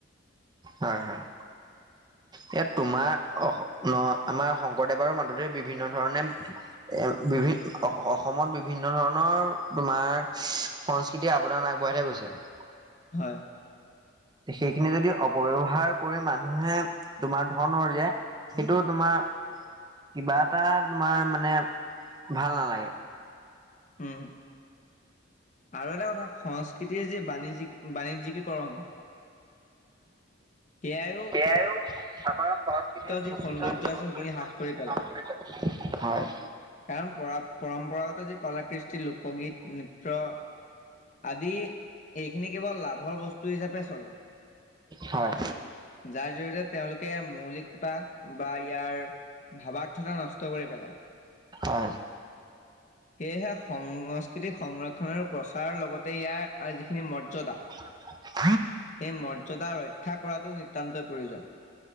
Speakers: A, on the right (about 20°); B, on the left (about 35°).
A: হয় হয়। ইয়াত তোমাৰ অহ ন আমাৰ শংকৰদেৱৰ মাধৱদেৱে বিভিন্ন ধৰণে এ বিভি অসমত বিভিন্ন ধৰণৰ তোমাৰ সংস্কৃতিৰ আৱদান আগবঢ়াই থৈ গৈছিল।
B: হয়।
A: সেইখিনি যদি অপব্যৱহাৰ কৰি মানুহে তোমাৰ ধন ৰজে সেইটো তোমাৰ কিবা এটা তোমাৰ মানে ভাল নালাগে।
B: উম আৰু এটা কথা সংস্কৃতিৰ যি বাণিজ্যিক বাণিজ্যিকীকৰণ সেইয়াইও
A: এয়াইও আমাৰ সংস্কৃতিৰ
B: যি সৌন্দৰ্য
A: দূষিত <unintelligible>
B: আছে সেইখিনি হ্ৰাস কৰি পেলায়।
A: হয়।
B: কাৰণ পৰা পৰম্পৰাগত যি কলা কৃষ্টি, লোকগীত, নৃত্য আদি এইখিনি কেৱল লাভৰ বস্তু হিচাপে চলে।
A: হয়।
B: যাৰ জৰিয়তে তেওঁলোকে মৌলিকতা বা ইয়াৰ ভাবাৰ্থতা নষ্ট কৰি পেলাই।
A: অ।
B: সেয়েহে সংস্কৃতিক সংৰক্ষণৰ প্ৰচাৰৰ লগতে ইয়াৰ যিখিনি মৰ্যাদা
A: <unintelligible>
B: সেই মৰ্যদা ৰক্ষা কৰাটো নিতান্তই প্ৰয়োজন।